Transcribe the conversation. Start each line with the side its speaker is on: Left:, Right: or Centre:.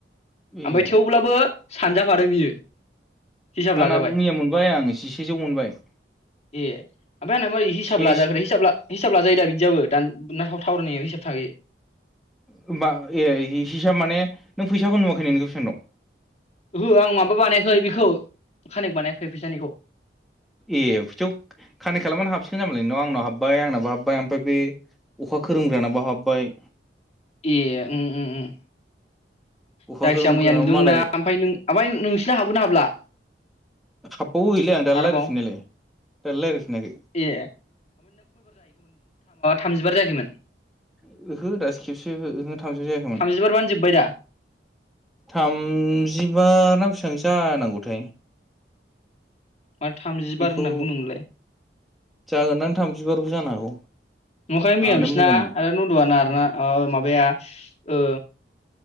Centre: ए
Left: आमफाय थेवब्लाबो सानजाफादो बियो हिसाब लाजाबाय
Centre: आंना मिया मोनबाय आं जिसेजौ मोनबाय
Left: ए आमफ्राय आंना मारै हिसाब
Centre: से
Left: लाजाखोथाय हिसाब ला हिसाब लाजायो दा बिदियाबो <unintelligible> ना टावार नाङैयाबो हिसाब थायो
Centre: होमबा ए हिसाब माने नों फैसाखौ नुवाखै नों बेसेबां दं
Left: ओहो आं माबा बानायाखै बेखौ कानेक्ट बानायाखै फिसानिखौ
Centre: ए फैसायाव कानेक्ट खालामनानै हाबसिगोन जामालाय नोंनाव आंनाव हाब बाय आंनाबो हाबबाय आमफाय बे अखा खोरोमग्रानाबो हाबबाय
Left: ए उम उम उम
Centre: अखा
Left: जायखिया
Centre: खोरोमग्रानाबो
Left: मैया नुदोंमोनना
Centre: मालाय
Left: आमफाय नों आमफाय नोंसिना हाबगोनना हाबला
Centre: हाबबावो एलाय आं दालाय
Left: आरोबाव
Centre: लायरायफिननायालाय दालाय लायरायफिनाखै <inaudible>
Left: ए थामजि बार जायाखैमोन
Centre: <inaudible> हो दासो खेबसे ओहो थामजि जायाखैमोन
Left: थामजिबारबानो जोब्बाय दा
Centre: थामजिबा ना बे सांसो जानांगौथाय
Left: मा थामजि
Centre: बेखौ
Left: बार होननानै बुंदोंमोनलाय
Centre: जागोनदां थामजिबारबो जानो हागौ
Left: नुवाखै मैया
Centre: आदा
Left: बिसिना
Centre: मोजां
Left: आदा ननदुवा नारना माबा-माबाया ओ